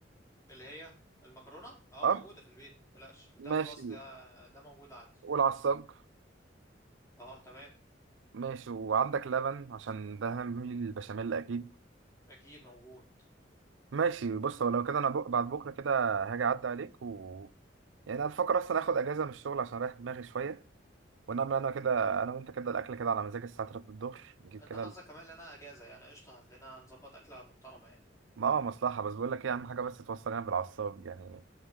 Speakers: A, on the left (about 15°); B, on the right (about 80°).
A: اللي هي المكرونة اه
B: اه
A: موجودة في البيت متقلقش ده
B: ماشي
A: خلاص ده ده موجود عندي
B: والعصاج
A: اه تمام
B: ماشي وعندك لبن عشان ده هنعمل البشاميل اكيد
A: اكيد موجود
B: ماشي بص هو لو كده انا بق... بعد بكره كده هاجي اعدي عليك و يعني انا بفكر اصلا اخد اجازه من الشغل عشان اريح دماغي شويه ونعمل انا كده انا وانت كده الاكل كده على مزاج الساعه 3 الظهر نجيب
A: انت
B: كده
A: حظك
B: ال-
A: كمان لنا اجازه يعني قشطه هتلاقينا نظبط اكله محترمه يعني
B: ما هو مصلحه بس بقول لك ايه اهم حاجه بس توصل هنا بالعصاب يعني